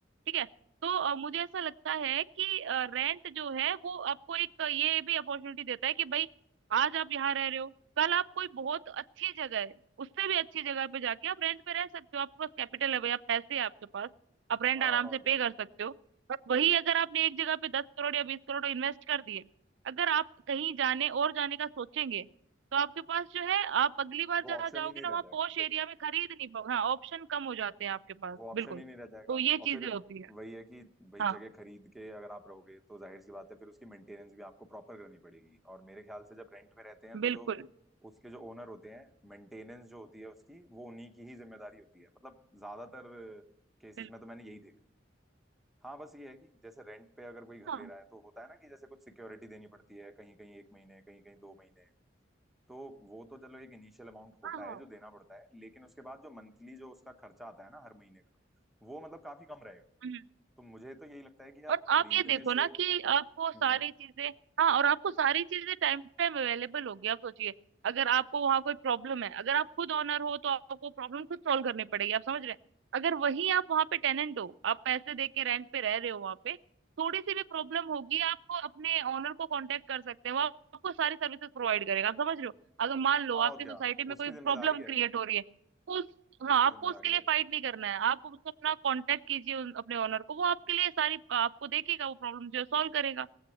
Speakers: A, on the right; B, in the centre.
A: ठीक है तो अ, मुझे ऐसा लगता है कि रेंट जो है वो आपको एक अ, ये भी अपॉर्चुनिटी देता है कि भाई आज आप यहाँ रह रहे हो कल आप कोई बहुत अच्छी जगह है उससे भी अच्छी जगह पे जाके आप रेंट पे रह सकते हो आपके पास कैपिटल है भाई आप पैसे हैं आपके पास आप रेंट
B: हाँ
A: आराम
B: हाँ
A: से
B: और
A: पे
B: क्या
A: कर सकते हो और वही अगर आपने एक जगह पे दस करोड़ या बीस करोड़ इन्वेस्ट कर दिए अगर आप कहीं जाने और जाने का सोचेंगे तो आपके पास जो है आप अगली बार
B: वो
A: जहाँ
B: ऑप्शन
A: जाओगे
B: ही नहीं
A: ना वहाँ
B: रह जाएगा
A: पॉश एरिया में खरीद नहीं पाओगे हाँ ऑप्शन कम हो जाते हैं आपके पास
B: वो ऑप्शन
A: बिल्कुल
B: ही नहीं रह जाएगा
A: तो ये
B: और फिर
A: चीजें होती है
B: वही है कि भाई
A: हाँ
B: जगह खरीद के अगर आप रहोगे तो जाहिर सी बात है फिर उसकी मेंटेनेंस भी आपको प्रॉपर करनी पड़ेगी और मेरे ख्याल से जब रेंट पे रहते हैं तो
A: बिल्कुल
B: जो उसके जो ओनर होते हैं मेंटेनेंस जो होती है उसकी वो उन्हीं की ही जिम्मेदारी होती है मतलब ज्यादातर केसेस
A: बिल्कुल
B: में तो मैंने यही देखा हाँ बस ये है कि जैसे रेंट पे अगर कोई घर
A: हाँ
B: ले रहा है तो होता है ना कि जैसे कुछ सिक्योरिटी देनी पड़ती है कहीं कहीं एक महीने कहीं कहीं दो महीने तो वो तो चलो एक इनिशियल अमाउंट होता
A: हाँ
B: है जो देना पड़ता है लेकिन उसके बाद जो मंथली जो उसका खर्चा आता है ना हर महीने का वो मतलब काफी कम रहेगा
A: हाँ
B: तो मुझे तो यही लगता है कि यार
A: और
B: खरीदने
A: आप ये देखो
B: से
A: ना कि आपको
B: हम्म
A: सारी चीजें हाँ और आपको सारी चीजें टाइम टू टाइम अवेलेबल होगी आप सोचिए अगर आपको वहाँ कोई प्रॉब्लम है अगर आप खुद ओनर हो तो आपको प्रॉब्लम खुद सॉल्व करनी पड़ेगी आप समझ रहे हैं अगर वहीं आप वहाँ पे टेनेंट हो आप पैसे दे के रेंट पे रह रहे हो वहाँ पे थोड़ी सी भी प्रॉब्लम होगी आपको अपने ओनर को कांटेक्ट कर सकते हैं वो आपको सारी सर्विसेज प्रोवाइड करेगा आप समझ रहे हो अगर मान लो
B: हाँ
A: आपकी
B: और क्या
A: सोसाइटी में
B: उसकी
A: कोई प्रॉब्लम
B: जिम्मेदारी है
A: क्रिएट हो रही है तो हाँ
B: उसकी
A: आपको
B: जिम्मेदारी
A: उसके लिए
B: है
A: फाइट नहीं करना है आप उसको अपना कांटेक्ट कीजिए उन, अपने ओनर को वो आपके लिए सारी आपको देखेगा वो प्रॉब्लम जो है सॉल्व करेगा